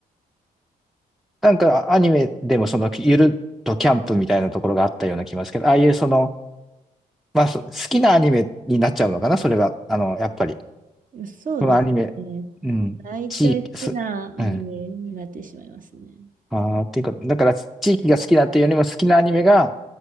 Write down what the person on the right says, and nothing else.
そうですね。
大体好きなアニメになってしまいますね。